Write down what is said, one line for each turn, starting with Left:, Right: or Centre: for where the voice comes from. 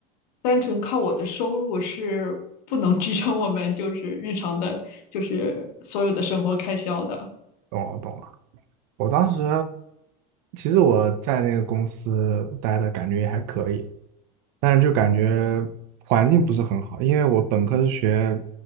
Left: 单纯靠我的收入是不能支撑我们就是日常的，就是所有的生活开销的。
Right: 懂了懂了。我当时其实我在那个公司待的感觉也还可以，但是就感觉环境不是很好，因为我本科是学